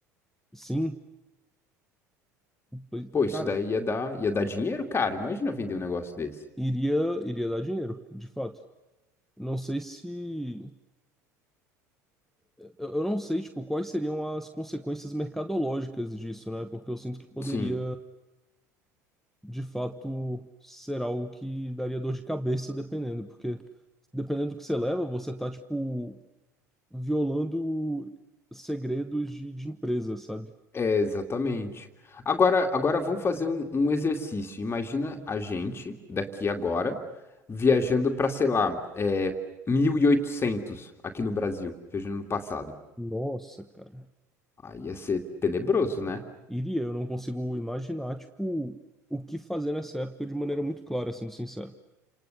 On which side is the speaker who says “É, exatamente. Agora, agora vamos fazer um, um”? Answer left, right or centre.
Left